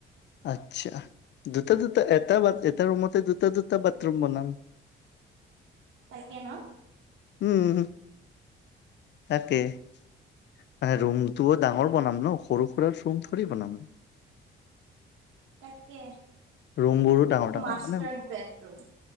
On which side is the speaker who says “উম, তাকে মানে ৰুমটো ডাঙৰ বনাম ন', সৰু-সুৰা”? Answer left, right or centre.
Left